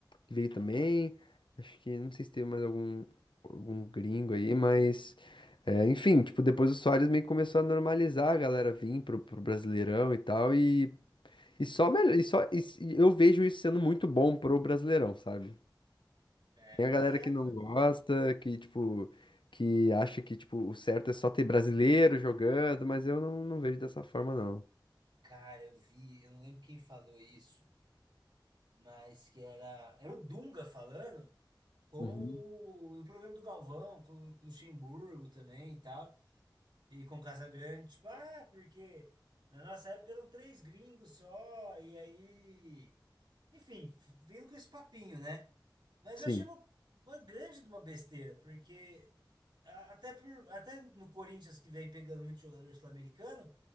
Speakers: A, on the left; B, on the right.
A: que veio também. Acho que não sei se teve mais algum, algum gringo aí, mas é, enfim, tipo, depois o Soares meio que começou a normalizar a galera vir pro, pro Brasileirão e tal, e, e só melhor, e só e se- eu vejo isso sendo muito bom pro Brasileirão, sabe?
B: É,
A: Tem a
B: não,
A: galera
B: é,
A: que não gosta, que tipo, que acha que tipo, o certo é só ter brasileiro jogando, mas eu não, não vejo dessa forma, não.
B: cara, eu vi, eu não lembro quem falou isso, mas que era, era o Dunga falando com o,
A: Uhum.
B: o programa do Galvão, com, o Luxemburgo também e tal, e com o Casagrande, tipo, ah, porque na nossa época eram três gringos só, e aí, enfim, vindo com esse papinho, né? Mas
A: Sim,
B: eu achei uma, uma grande de uma besteira, porque a- até por, até no Corinthians que vem pegando muito jogador sul-americano,